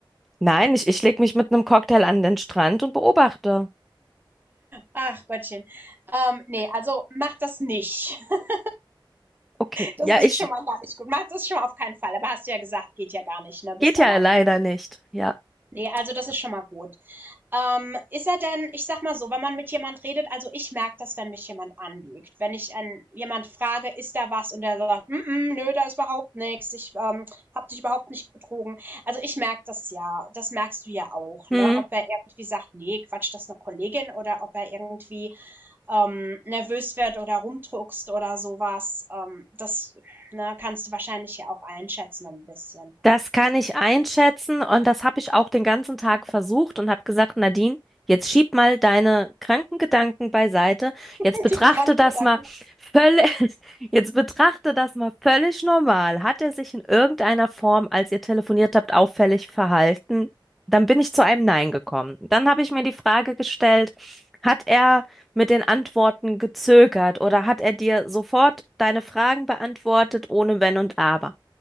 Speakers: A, in the centre; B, on the right (about 25°).
A: nein, ich, ich lege mich mit einem Cocktail an den Strand und beobachte.
B: Ach Gottchen. Ähm, nee, also mach das nicht. <laughs>
A: Okay,
B: Das
A: ja,
B: ist
A: ich
B: schon mal gar nicht gut. Mach das schon mal auf keinen Fall. Aber hast du ja gesagt, geht ja gar nicht, ne? Bist
A: geht
B: alleine.
A: ja leider nicht. Ja.
B: Nee, also das ist schon mal gut. Ähm, ist er denn, ich sag mal so, wenn man mit jemand redet, also ich merke das, wenn mich jemand anlügt. Wenn ich einen, jemand frage, ist da was und der sagt, mm -mm, nö, da ist überhaupt nichts, ich ähm, hab dich überhaupt nicht betrogen. Also ich merke das ja, das merkst du ja auch, ne?
A: Hm,
B: Ob er irgendwie sagt, nee, Quatsch, das ist eine Kollegin oder ob er irgendwie ähm, nervös wird oder rumdruckst oder sowas. Ähm, das ne, kannst du wahrscheinlich ja auch einschätzen ein bisschen.
A: das kann ich einschätzen und das habe ich auch den ganzen Tag versucht und habe gesagt, Nadine, jetzt schieb mal deine kranken Gedanken beiseite.
B: <laughs>
A: Jetzt betrachte
B: Die kranken
A: das
B: Gedanken.
A: mal völlig, <laughs> jetzt betrachte das mal völlig normal. Hat er sich in irgendeiner Form, als ihr telefoniert habt, auffällig verhalten? Dann bin ich zu einem Nein gekommen. Dann habe ich mir die Frage gestellt, hat er mit den Antworten gezögert oder hat er dir sofort deine Fragen beantwortet, ohne Wenn und Aber?